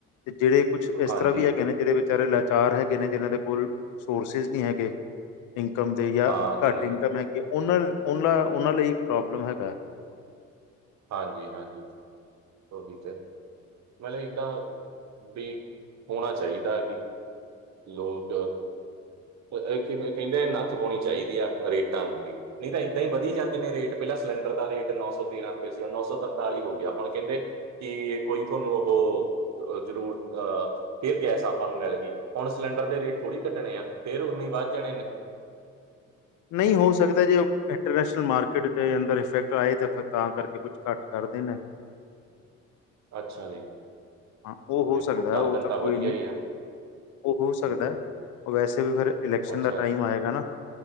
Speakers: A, on the left (about 80°); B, on the right (about 65°).
A: ਤੇ ਜਿਹੜੇ ਕੁਛ ਇਸ
B: ਹਾਂਜੀ
A: ਤਰ੍ਹਾਂ ਵੀ ਹੈਗੇ ਨੇ, ਜਿਹੜੇ ਵਿਚਾਰੇ ਲਾਚਾਰ ਹੈਗੇ ਨੇ, ਜਿਹਨਾਂ ਦੇ ਕੋਲ ਸੋਰਸਿਸ ਨਹੀਂ ਹੈਗੇ। ਇਨਕਮ ਦੇ ਜਾਂ
B: ਹਾਂ ਜਿੰਨਾ
A: ਘੱਟ ਇਨਕਮ ਹੈਗੀ, ਉਹਨਾਂ - ਉਹਨਾਂ ਉਹਨਾਂ ਲਈ ਪ੍ਰੋਬਲਮ ਹੈਗਾ।
B: ਹਾਂਜੀ- ਹਾਂਜੀ। ਹੋਗੀ ਚੈੱਕ। ਮਤਲਬ ਇਹ ਤਾਂ ਵੀ ਹੋਣਾ ਚਾਹੀਦਾ ਵੀ ਮਤਲਬ ਲੋਕ ਤੇ ਇੱਥੇ ਮੈ ਕਹਿੰਦੇ ਨੱਥ ਪਾਉਣੀ ਚਾਹੀਦੀ ਆ ਰੇਟਾਂ ਨੂੰ ਵੀ। ਨਹੀਂ, ਤਾਂ ਇੱਦਾਂ ਹੀ ਵਧੀ ਜਾਂਦੇ ਨੇ ਰੇਟ, ਪਹਿਲਾਂ ਸਿਲੰਡਰ ਦਾ ਰੇਟ ਨੌ ਸੌ ਤੇਰਾਂ ਰੁਪਏ ਸੀ, ਹੁਣ ਨੌ ਸੌ ਤਰਤਾਲੀ ਹੋ ਗਿਆ। ਹੁਣ ਕਹਿੰਦੇ ਕਿ ਇਹ ਕੋਈ ਤੁਹਾਨੂੰ ਉਹੋ ਅਹ ਜ਼ਰੂਰ, ਅਹ ਫਿਰ ਗੈਸ ਆਪਾਂ ਨੂੰ ਮਿਲ ਗਈ, ਹੁਣ ਸਿਲੰਡਰ ਦੇ ਰੇਟ ਥੋੜੀ ਘੱਟਣੇ ਆ। ਫੇਰ ਉਨੇ ਹੀ ਵੱਧ ਜਾਣੇ ਨੇ।
A: ਨਹੀਂ ਹੋ ਸਕਦਾ, ਜੇ ਇੰਟਰਨੈਸ਼ਨਲ ਮਾਰਕੀਟ ਦੇ ਅੰਦਰ ਇਫੈਕਟ ਆਏ ਤੇ ਫੇਰ ਤਾਂ ਕਰਕੇ ਕੁਝ ਘੱਟ ਕਰਦੇ ਦੇਣ।
B: ਅੱਛਾ ਜੀ
A: ਹਾਂ। ਉਹ
B: ਦੇਖੋ
A: ਹੋ ਸਕਦਾ
B: ਗਰਦਨ
A: ਹੈ, ਉਹ ਤਾਂ
B: ਵਧੀਆ
A: ਕੋਈ ਨਹੀਂ।
B: ਹੀ ਆ
A: ਉਹ ਹੋ ਸਕਦੈ
B: ਹੂੰ
A: ਵੈਸੇ ਵੀ ਫਿਰ ਇਲੈਕਸ਼ਨ
B: ਅੱਛਾ
A: ਦਾ ਟਾਈਮ
B: ਜੀ
A: ਆਏਗਾ ਨਾ